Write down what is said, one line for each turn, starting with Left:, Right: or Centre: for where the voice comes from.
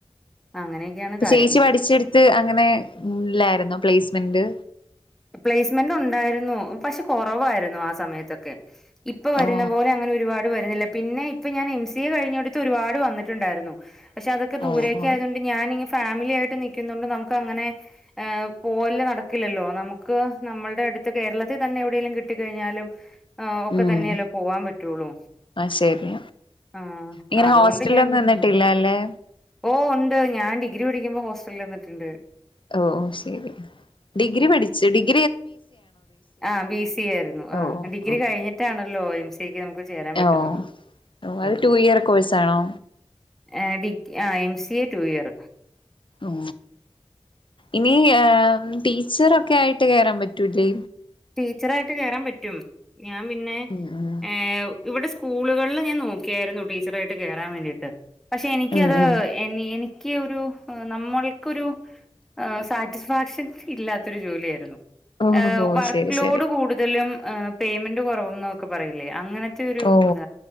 Centre: അങ്ങനെയൊക്കെയാണ് കാര്യങ്ങള്
Left: ചേച്ചി പഠിച്ചെടുത്ത് അങ്ങനെല്ലായിരുന്നോ പ്ലേസ്മെന്റ്
Centre: പ്ലേസ്മെന്റ് ഉണ്ടായിരുന്നു പക്ഷെ കുറവായിരുന്നു ആ സമയത്തൊക്കെ ഇപ്പൊ വരുന്ന
Left: ഓ
Centre: പോലെ അങ്ങനെ ഒരുപാട് വരുന്നില്ല പിന്നെ ഇപ്പൊ ഞാൻ എം സി എ കഴിഞ്ഞടുത്ത് ഒരു പാട് വന്നിട്ടുണ്ടായിരുന്നു പക്ഷെ അതൊ ക്കെ ദൂരേക്ക്
Left: ഓ ഓ
Centre: ആയതുകൊണ്ട് ഞാന് ഫാമിലി ആയിട്ട് നിക്കുന്നൊണ്ട് നമുക്ക് അങ്ങനെ ഹ് പോരല് നടക്കില്ലല്ലോ നമു ക്ക് നമ്മൾടെ അടുത്ത് കേരളത്തിൽ തന്നെ എവിടെങ്കിലും കിട്ടിക്കഴിഞ്ഞാലും ഹ് ഒക്കെ
Left: ഉം
Centre: തന്നെയല്ലോ പോകാൻ പറ്റുള്ളൂ
Left: ആഹ് ശരി
Centre: ആ
Left: ഇങ്ങനെ
Centre: അതുകൊണ്ട്
Left: ഹോസ്റ്റലിലൊന്നും
Centre: ഞാൻ പിന്നെ
Left: നിന്നിട്ടില്ല
Centre: നോക്കി
Left: അല്ലേ
Centre: ഓ ഉണ്ട് ഞാൻ ഡി ഡിഗ്രി പഠിക്കുമ്പോ ഓസ്റ്റലിൽ നിന്നട്ടുണ്ട്
Left: ഒ ഓ ശരി ഡിഗ്രി പഠിച്ചു ഡിഗ
Centre: ആ ബി സി എ ആയിരുന്നു ആ
Left: ഓ
Centre: ഡിഗ്രി
Left: ഓ
Centre: കഴിഞ്ഞിട്ടാണല്ലോ. ഓ എം സി എ ക്ക് ഇപ്പൊ ചേരാൻ പറ്റിയതൊള്ളൂ
Left: ഓ ഓ അത്
Centre: ഉം
Left: ടു ഇയർ കോഴ്സാണോ
Centre: ഏ ഡിക് ഏ സി എ ടു ഇയർ.
Left: ആ ഇനി ഏ ഉം ടീച്ചറൊക്കെ ആയിട്ട് കേറാൻ പറ്റൂ ലെ.
Centre: ടീച്ചറായിട്ട് കേറാൻ പറ്റും. ഞാൻ പിന്നെ
Left: ഉം
Centre: ഏഹ ഇവിടെ സ്കൂളുകളിൽ ഞാൻ നോക്കിയായിരുന്നു ടീച്ചറായിട്ട് കേയറാൻ വേണ്ടിയിട്ട്. പക്ഷെ എനിക്കത്
Left: ഉം ഉം
Centre: എനി എനി ഇക്ക് ഒരു നമ്മൾക്കൊരു സാറ്റിസ്ഫാക്ഷൻ ഇല്ലാത്തൊരു ജോലിയായിരുന്നു.
Left: ഓ
Centre: ഏഹ്
Left: ഹൊ ഓ
Centre: വർക്ക്
Left: ശരി.
Centre: ലോഡ്
Left: ശരി
Centre: കൂടുതലും. ആഹ് പേയ്മെന്റ് കുറവുന്നൊക്കെ പറയുല്ലേ അങ്ങനെ ത്തൊരു
Left: ഓ
Centre: ഇത